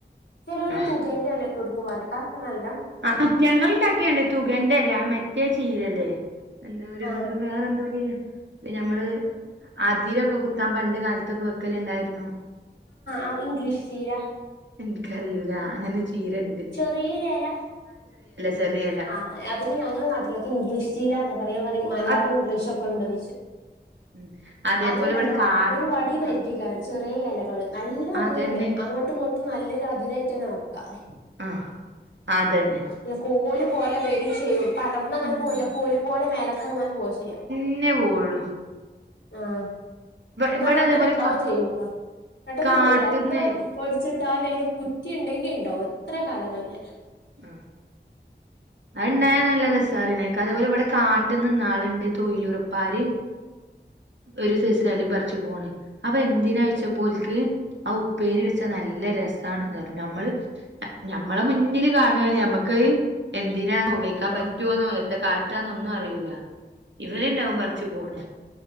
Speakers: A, on the left; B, on the right.
A: ചിലരു
B: ആഹ്
A: തുകന്റെ എലൊക്കെ കെടുക്കുംകാക്കെ നല്ല
B: ആഹ് ഞങ്ങൾ ഇണ്ടാക്കിയണ്ട് തുകന്റെ എല അല്ലേ ആഹ് മറ്റേ ചീരല്ലേ എന്തോ ഒരു
A: ആ
B: എന്തു വേറെ എന്തോ ചീര പിന്നെ നമ്മൾ അതിരൊക്കെ കുത്താൻ പണ്ട് കാലത്തൊക്കെ വെക്കലുണ്ടായിരുന്നു
A: ആഹ് ഇംഗ്ലീഷ് ചീര
B: എനിക്കറിയൂല അങ്ങനെ ചീര ഉണ്ട്
A: ചെറിയൊരല
B: ചെറിയല
A: ആഹ് അതിന് ഞങ്ങളുടെ നാട്ടിലൊക്കെ ഇംഗ്ലീഷ് ചീരന്നാ പറയാ പറയും മലയാള
B: അത്
A: ഇംഗ്ലീഷും ഒക്കെ ഉണ്ടോച്ചും
B: ഉം അതേപോലെ
A: അതുണ്ടല്ലോ
B: ഇവിടെ കാ
A: ഒരു വടി മരിക്ക
B: ആ
A: ചെറിയ ഇലകൾ നല്ല അതിരന്നെ
B: അതന്നെ
A: അങ്ങോട്ടും ഇങ്ങോട്ടും നല്ലൊരു അതിരായിട്ട്തന്നെ വെക്കാം
B: ആഹ് അതന്നെ
A: അല്ല കോലു പോലെവരും ചെയ്യും പടർന്ന് അങ്ങനെ
B: ഉം
A: പോല്ല
B: ഉം.
A: കോല പോലെ മേലക്ക അങ്ങനെ പോവാ ചെയ്യാ
B: പിന്നെ പോവുളളു
A: ആഹ് ഇന്നാ
B: ഇവിടെ
A: പെട്ടെന്ന്
B: അതേപോലെ
A: ഉണ്ടാവും
B: കാ
A: ചെയ്യൂട്ടോ പെട്ടെന്ന്
B: കാട്ട്ന്നേ
A: പോവൂല എത്ര പൊടിച്ചിട്ടാല് കുറ്റി ഇണ്ടെങ്കി ഇണ്ടാവും എത്ര കാലം കഴിഞ്ഞാലും
B: ഉം അത് ഉണ്ടായ നല്ല രസറിണീക്ക അതേപോലെ ഇവിടെ കാട്ട്ന്ന് നിന്നാളണ്ട് തൊഴിലുറപ്പാര് ഒരു സൈസ്‌ എല പറിച്ചുപോണ് അപ്പൊ എന്തിനാ ചോയിച്ചപ്പോൽ ഓലക്ക് ആത് ഉപ്പേരി വെച്ചാ നല്ല രസമാണന്ന് നമ്മൾ ഞമ്മളെ മുന്നിൽ കാണാണ് നമ്മക്ക് എന്തിനാ ഉപ ഇടിക്കാൻ
A: ആഹ്
B: പറ്റുവന്നോ എത്താ കാട്ടാന്നോ ഒന്നും അറിയൂല ഇവർ ഉണ്ടാവും പറിച്ചു പോണ്